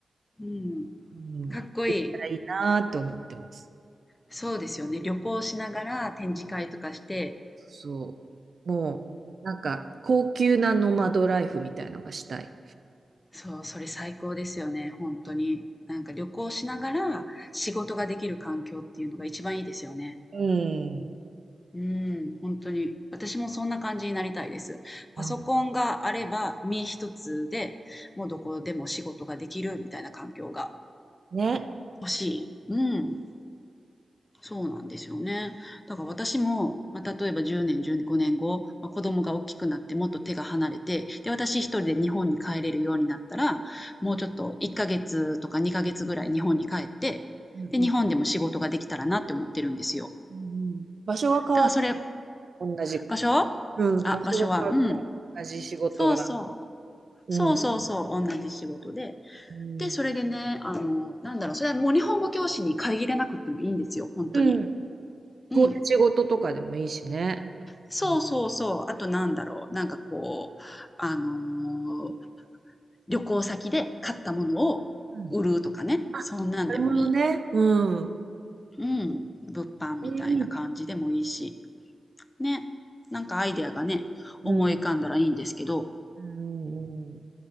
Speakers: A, on the left; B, on the right.
A: うん。うん。
B: うん、
A: かっこいい。
B: できたらいいなって思ってます。
A: そうですよね。旅行しながら展示会とかして、
B: そう。もう、なんか、高級なノマドライフみたいのがしたい。
A: そう、それ最高ですよね、本当に。なんか旅行しながら仕事ができる環境っていうのが一番いいですよね。
B: うん。
A: うん、本当に。私もそんな感じになりたいです。パソコンがあれば身一つで、
B: あ、
A: もうどこでも仕事ができるみたいな環境が
B: ね。
A: 欲しい。うん。そうなんですよね。だから私も、まあ、例えば10年、15年後、まあ、子供が大きくなってもっと手が離れて、で、私一人で日本に帰れるようになったら、もうちょっと1ヶ月とか2ヶ月ぐらい日本に帰って、
B: うんうん
A: で、日本でも仕事ができたらなって思ってるんですよ。
B: うん場所が変わって、
A: だからそれ、
B: 同じ。
A: 場所あ、
B: うん。場所が変わっても同じ仕事が。
A: 場所は、うん。そうそ
B: うん。
A: う。そうそうそう。同じ仕事で。
B: うん。
A: で、それでね、あの、なんだろう、それはもう日本語教師に限らなくってもいいんですよ。本当に。
B: うん。
A: うん。
B: こういう仕事とかでもいいしね。
A: そうそうそう。
B: うん。
A: あとなんだろう。なんかこう、あのー旅行先で買ったものを売るとかね。
B: うんあ、
A: そんなんでもいい。
B: なるほどね。うん。
A: うん。物販みたいな感じでもいいし。
B: えいいね。
A: ね。なんかアイデアがね、
B: うん。
A: 思い浮かんだらいいんですけど。
B: うんうん、